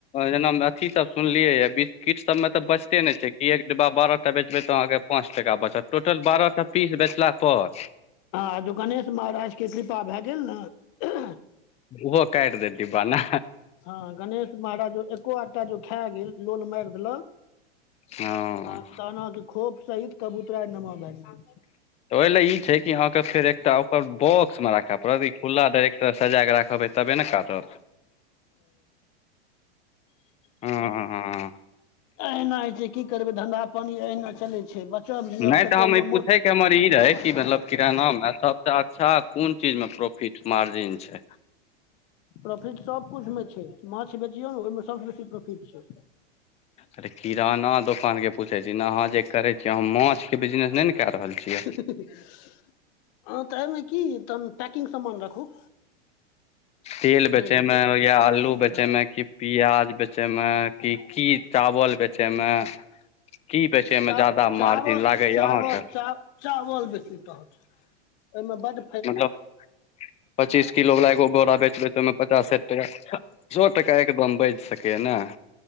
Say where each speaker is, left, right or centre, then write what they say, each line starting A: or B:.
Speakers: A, on the left; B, on the left.
A: जेना अथी सब सुनलियै य बिस्किट सब में त बचते नहि छै एक डब्बा बारहटा बेचबै तऽ अहाँके पाँच टका बचत टोटल बारह टा पीस बेचला पर
B: हँ ज गणेश महाराजके कृपा भए गेल ने
A: अओरो काटि देतै न दी बाना
B: हँ गणेश महाराज जो एको आटा जो खा गेल लोल मारि देलक
A: हँ
B: तहन खोप सहित कबूतरा नमो भैगेल
A: तऽ ओहि लए ई छै कि अहाँके फेर एकटा ओकर बॉक्स मे राखय पड़त ई फुला डर्ट सजा के रखबै तबे ने कटत ह
B: अहिना होइ छै की करबै धंधा पानी अहिना चलै छै बचब जियब
A: नहि तऽ
B: कहुना
A: हम ई
B: मोट,
A: पूछैके हमर ई रहै कि मतलब किरानामे सब अच्छा अच्छा कोन चीज मे प्रोफिट मार्जिन छै
B: प्रॉफिट सबकुछ मे छै माछ बेचियौ ने ओहिमे सबसँ बेसी प्रोफिट छै
A: अरे किराना दोकान के पूछे छी हाँ जे करे छी माछ के बिजनेस ने कै रहल छियै
B: तऽ एहिमे की तन पैकिंग समान रखू
A: तेल बेचे
B: बेचू
A: मे या आलू बेचे
B: हँ
A: मे की प्याज बेचे मे मे के की चावल बेचे मे की बेचे
B: च
A: मे ज्यादा
B: चावल
A: मार्जिन लागैया
B: चावल
A: अहाँ के
B: च चावल बे तहन ओहिमे बड
A: मतलब पच्चीस किलो बला एगो बोरा बेचबै त ओहिमे पचास ह सौ टका एकदम बचि सकैया नहि